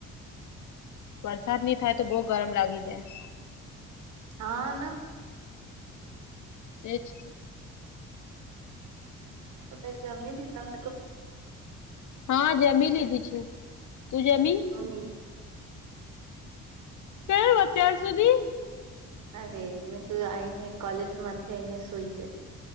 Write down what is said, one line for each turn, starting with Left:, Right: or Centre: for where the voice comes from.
Left: વરસાદ નહીં થાય તો બહુ ગરમ લાગી જાય.
Right: હા, ના
Left: એજ <inaudible>
Right: તો મેં જમીન લીધી મેંતો.
Left: હા, જમી લીધી છું તું જમી.
Right: કોહી.
Left: કેમ અત્યાર સુધી,
Right: અરે મેંતું આ આવીને કોલેજમાંથી આઈને સોઈ ગઈ.